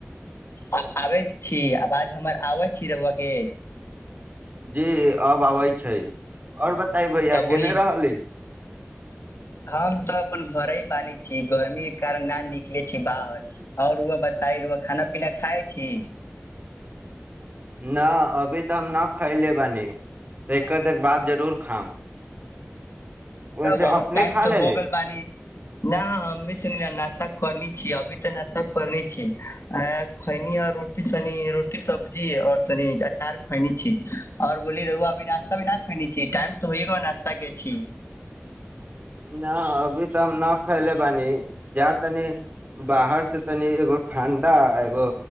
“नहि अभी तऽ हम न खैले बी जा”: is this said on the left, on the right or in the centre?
Right